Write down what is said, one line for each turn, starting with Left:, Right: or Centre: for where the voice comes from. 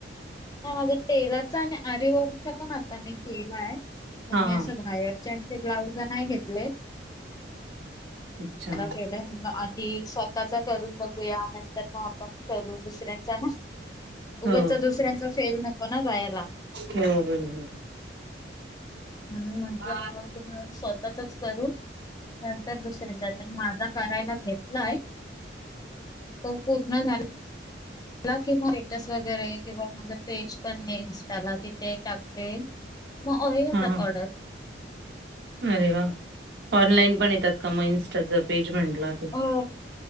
Left: ह, माझा टेलरचा आणि आरी वर्कचा पण आता मी केलाय, पण
Right: हा
Left: मी
Right: हा
Left: असं बाहेरऽ. त्यांचं ब्लाऊज नाही घेतले,
Right: अच्छा
Left: पण केले. की स्वतःचा करून बघूया, नंतर मग आपण करू दुसऱ्यांचा ना.
Right: हो
Left: उगच दुसऱ्यांचा फेल नको ना जायला.
Right: हो बरोबर
Left: म्हणून म्हटलं,
Right: हा
Left: स्वतःच करू. नंतर दुसर जातं माझा करायला घेतलाय, तो पूर्ण झाला झाला की मग टेटस वगैरे, किंवा माझं पेज पण आहे इंस्टाला, तिथे टाकते.
Right: <unintelligible>
Left: मग येतात
Right: हा
Left: ऑर्डर.
Right: अरे वा! ऑनलाईन पण येतात का मग इन्स्टाचं पेज म्हटलं की?
Left: हो,